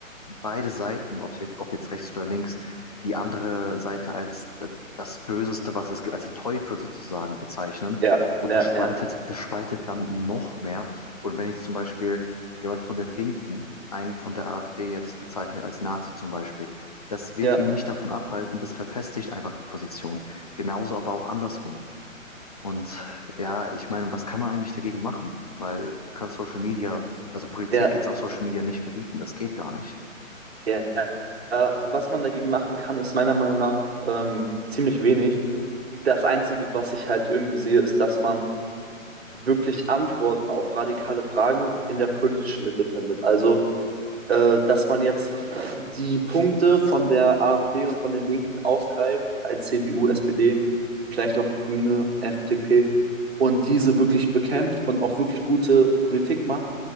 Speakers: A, on the left (about 30°); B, on the right (about 50°).
A: beide Seiten, ob jetzt, ob jetzt rechts oder links, die andere Seite als d- das Böseste, was es gibt, als den Teufel sozusagen bezeichnen.
B: Ja,
A: Und
B: ja,
A: das spaltet,
B: ja,
A: das spaltet dann noch mehr. Und wenn jetzt zum Beispiel jemand von den Linken einen von der AfD jetzt bezeichnet als Nazi zum Beispiel, das wird
B: ja,
A: ihn nicht davon abhalten, das verfestigt einfach die Position. Genauso aber auch andersrum. Und ja, ich meine, was kann man eigentlich dagegen machen? Weil du kannst Social Media, also Politik
B: ja,
A: jetzt auf Social Media nicht verbieten, das geht gar nicht.
B: ja. ja. Was man dagegen machen kann, ist meiner Meinung nach ähm, ziemlich wenig. Das Einzige, was ich halt irgendwie sehe, ist, dass man wirklich Antworten auf radikale Fragen in der politischen Mitte findet. Also äh, dass man jetzt äh, die Punkte von der AfD und von den Linken aufgreift, als CDU, SPD, vielleicht auch Grüne, FDP, und diese wirklich bekämpft und auch wirklich gute Politik macht.